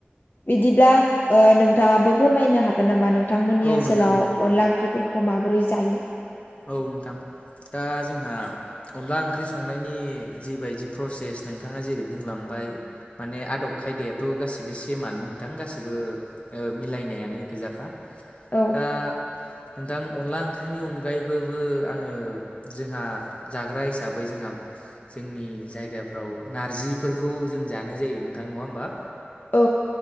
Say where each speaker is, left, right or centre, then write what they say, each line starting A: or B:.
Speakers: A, on the left; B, on the left.
A: बिदिब्ला ओ नोंथाङाबो फोरमायनो हागोन नामा नोंथांमोननि
B: औ
A: ओनसोलाव
B: नोंथां औ नोंथां औ औ
A: अनला ओंख्रिफोरखौ माबोरै जायो?
B: औ नोंथां। दा जोंहा अनला ओंख्रि संनायनि जिबायदि प्रसेस नोंथाङा जेरै बुंलांबाय माने आदब खायदायाथ' गासिबो सेमानो नोंथां गासिबो ओ मिलायनायानो गोजाखा।
A: औ
B: दा नोंथां अनला ओंख्रिनि अन अनगायैबाबो आङो जोंहा जाग्रा हिसाबै जोंहा जोंनि जायगाफ्राव नारजिफोरखौ जों जानाय जायो नोंथां नङा होमबा?
A: औ।